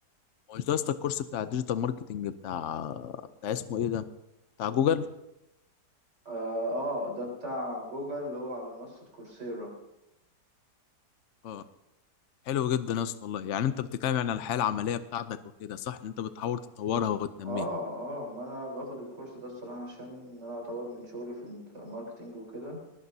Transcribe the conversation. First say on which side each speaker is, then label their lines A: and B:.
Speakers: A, on the left; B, on the right.
A: هو مش ده يا اسطى الكورس بتاع الديجيتال ماركتنج بتاع بتاع اسمه ايه ده بتاع جوجل
B: اه آه، ده بتاع جوجل اللي هو على منصة كورسيرا
A: اه حلو جدا يا اسطى والله يعني انت بتتكلم يعني عن الحياه العمليه بتاعتك وكده صح ان انت بتحاول تطورها وتنميها
B: اه اه ما انا باخد الكورس ده الصراحة عشان انا اطور من شغلي في الماركتينج وكده